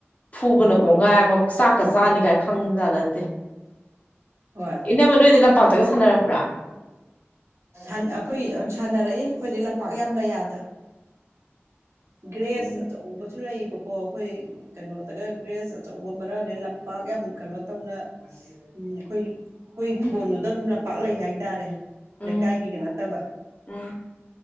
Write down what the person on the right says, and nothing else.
ꯎꯝ
ꯍꯣꯏ
ꯑꯩꯈꯣꯏ ꯁꯥꯟꯅꯔꯛꯏ ꯑꯩꯈꯣꯏꯗꯤ ꯂꯝꯄꯥꯛ ꯌꯥꯝ ꯂꯩ ꯑꯗ ꯒ꯭ꯔꯦꯁ
ꯑꯆꯧꯕꯁꯨ ꯂꯩꯕꯀꯣ ꯑꯩꯈꯣꯏ ꯀꯩꯅꯣ ꯇꯒ ꯒ꯭ꯔꯦꯁ ꯑꯆꯧꯕ ꯃꯔꯛ ꯑꯗꯩ ꯂꯝꯄꯥꯛ ꯌꯥꯝ ꯀꯩꯅꯣ ꯇꯧꯅ꯫ ꯎꯝ ꯑꯩꯈꯣꯏ ꯑꯩꯈꯣꯏ ꯍꯤꯡꯒꯣꯜꯗꯨꯗ ꯑꯗꯨꯝ ꯂꯝꯄꯥꯛ ꯂꯩ ꯍꯥꯏꯇꯥꯔꯦ
ꯂꯩꯀꯥꯏꯒꯤꯒ ꯅꯠꯇꯕ